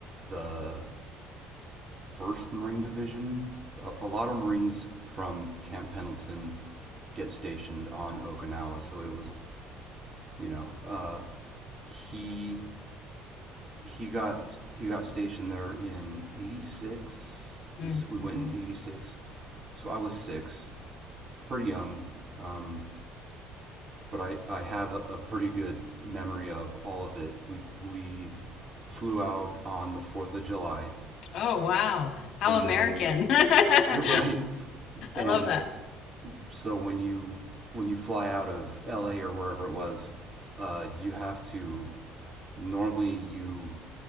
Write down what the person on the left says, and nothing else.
Mm,
mhm.
Oh, wow. How
American.
<laughs> I
love that.